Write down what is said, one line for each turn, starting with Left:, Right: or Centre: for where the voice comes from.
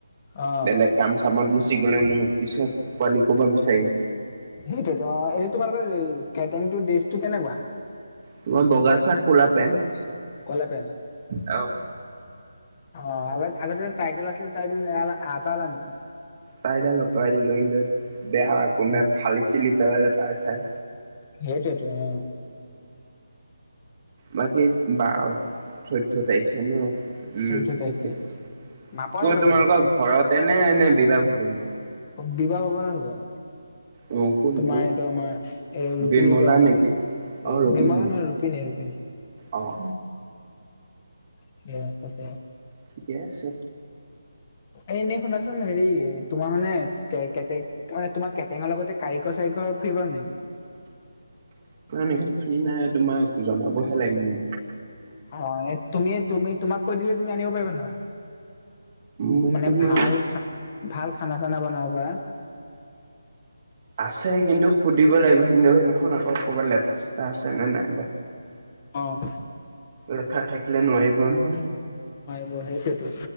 Left: অ
Right: বেলেগ কাম চামত গুচি গ'লে মোৰ পিছত পোৱালি ক'ব বিচাৰিম
Left: সেইটোতো অ এইটো তোমালোকৰ কেটো কেনেকুৱা
Right: তোমাৰ বগা চাৰ্ট কলা পেণ্ট
Left: কলপ
Right: অ
Left: অ আগ আগতে যে টাইটল আছিল ত আ আল ন
Right: তাই দ লতুৱাই দিলোহিলৈ বেয়া কোনোবাই
Left: অ
Right: ফালি চিলি পেলালে তাই চাই
Left: সেইটোৱেতো অ
Right: বাকী বাৰ চৈধ্যয় তাৰিখে ন
Left: চৈধ্য
Right: উম
Left: তাৰিখে
Right: ঠিকে আছে
Left: নাপাহৰিবা
Right: ত তোমালোকৰ
Left: কিন্তু
Right: ঘতে এনে এনে বিবাহ হব নোৱাৰো
Left: বিবাহ হব নাই নকুৱ
Right: অ কোনটো
Left: তোমাৰ এইটো আমাৰ এই ৰৰুপিনী
Right: বিমলা
Left: বিবাহ হ
Right: নেকি?
Left: মানে
Right: অ ৰুক্মিণী
Left: বিমালা নহয় ৰুপিনী ৰূপিনী
Right: অ অ
Left: স ততে
Right: ঠিকে আছে
Left: এনে শুনাচোন হেৰি তোমাৰ মানে কে তাৰানে তোমাৰ কেটেঙৰ লগতে কাৰিকৰ চাৰিকৰ ফৰিব নেকি
Right: নেকে ফ্ৰী নাই তোমাক জনাবহে লাগে মোক
Left: অ তুমি তুমি তোমাক কৈ দিলে তুমি আনিব পাৰিবা নহয়
Right: মোৰ
Left: মানে
Right: তোমাৰ
Left: ভাল খ ভাল খানা চানা বনাব পৰা
Right: আছে কিন্তু সুধিব লাগিব সিন্তু সেইদিনাখন আকৌ ক'ৰবাত লেঠা চেঠা আছেনে নাই বাই
Left: অ',
Right: লেখা থাকিলে নোৱাৰিব নহয়।
Left: অ', হয় সেই সেইটো